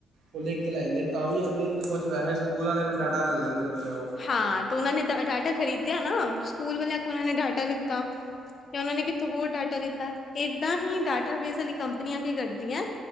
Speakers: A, on the right (about 75°); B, on the left (about 45°).
A: ਉਹ ਲਿਖ ਕੇ ਲੈ ਜਾਂਦੇ ਤਾਂ ਵੀ ਆਂਦੇ ਕੁਛ ਵੈਸੇ ਸਕੂਲ ਵਾਲੇ ਕੋਈ ਡਾਟਾ ਲੈ ਲੈਂਦੇ ਹੋਣੇ ਆ ਉਹ
B: ਹਾਂ ਤੇ ਉਹਨਾਂ ਨੇ ਡਾਟਾ ਖਰੀਦਿਆ ਨਾ ਸਕੂਲ ਵਾਲਿਆਂ ਕੇ ਉਹ ਨੇ ਡਾਟਾ ਲਿੱਤਾ ਜਾਂ ਉਹਨਾ ਨੇ ਕਿੱਥੇ ਹੋਰ ਡਾਟਾ ਲਿੱਤਾ ਏਦਾਂ ਹੀ ਡਾਟਾ ਬੇਸ ਕੰਪਨੀਆਂ ਕੀ ਕਰਦੀਆਂ